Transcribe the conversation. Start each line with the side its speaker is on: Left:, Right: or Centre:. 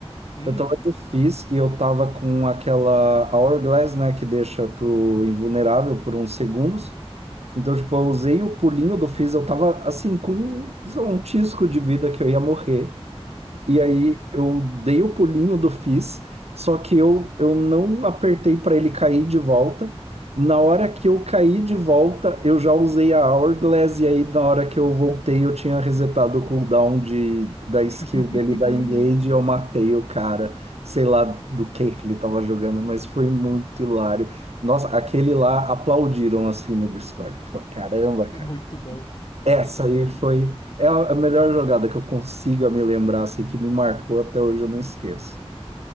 Left: Uhum.
Right: Eu tava de Fizz e eu tava com aquela Hourglass, né, que deixa tu invulnerável por uns segundos. Então, tipo, eu usei o pulinho do Fizz, eu tava assim, com sei lá, um tisco de vida que eu ia morrer. E aí eu dei o pulinho do Fizz, só que eu, eu não apertei para ele cair de volta. Na hora que eu caí de volta, eu já usei a Hourglass, e aí na hora que eu voltei, eu tinha resetado o cooldown de, da skill
Left: <laughs>
Right: dele da Engage, e eu matei o cara, sei lá do que que ele tava jogando, mas foi muito hilário. Nossa, aquele lá aplaudiram assim no Discord. Falou, caramba, cara.
Left: Muito bom.
Right: Essa aí foi é a a melhor jogada que eu consiga me lembrar, assim, que me marcou até hoje, eu não esqueço.